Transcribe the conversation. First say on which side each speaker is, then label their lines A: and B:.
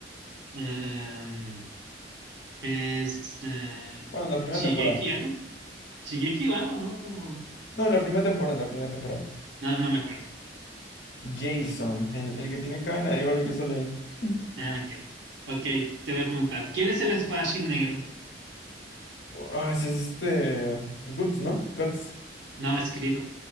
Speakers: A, on the right; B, on the left.
A: Em, es eh,
B: Bueno, en la primera
A: Shigeki
B: temporada.
A: algo. Shigeki o algo, ¿no? Como...
B: No, en la primera temporada, en la primera temporada.
A: No, no me acuerdo.
B: Jason, el, el que tiene cadena, igual el que sale ahí. <laughs>
A: Ah, ok. Ok, te voy a preguntar. ¿Quién es el espadachín negro?
B: Ah, ese es este. Guts, ¿no? Guts.
A: No, escrito.